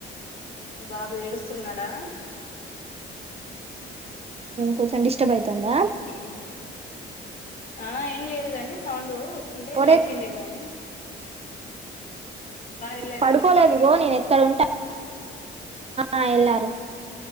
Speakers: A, on the left (about 45°); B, on the right (about 30°).
A: బాబు ఏడుస్తున్నాడా
B: కొంచెం డిస్టర్బ్యతుతే ఇంతంద
A: హ్మ్ ఆ ఏం లేదు కాని సౌండ్ వస్తుంటే
B: ఇప్పుడే
A: లేచిండే మార్నింగ్ వెళ్ళారా
B: పడుకోలేదు
A: డ్యూటీకి
B: గో నేను ఎక్కడ ఉంటా ఆ ఎలారో